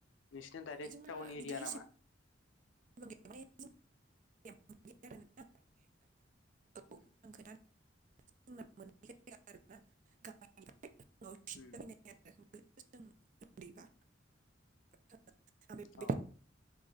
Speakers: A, on the left (about 85°); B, on the right (about 45°).
A: नोंसिना दडाइरेक्ट
B: जोंना
A: टाउन एरिया
B: बिदि एसेबां
A: नामा?
B: <unintelligible> आं
A: उम
B: <unintelligible> <unintelligible> जों उन्दैबा
A: उम
B: <unintelligible>
A: औ